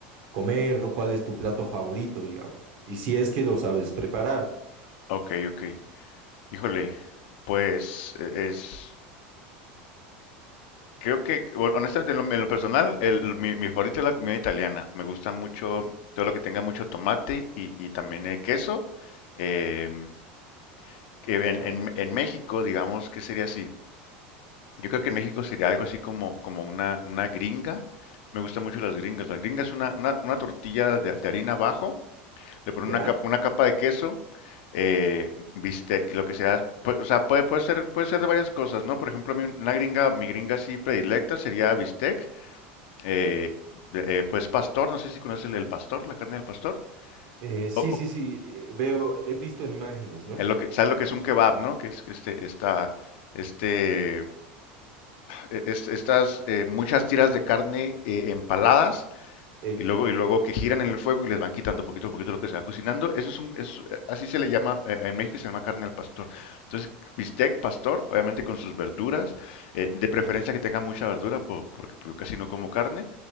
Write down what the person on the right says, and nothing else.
comer o cuál es tu plato favorito, digamos? Y si es que lo sabes preparar.
Ya,
ya.
Eh, sí,
sí, sí, eh, veo, he visto en imágenes, ¿no?
Eh,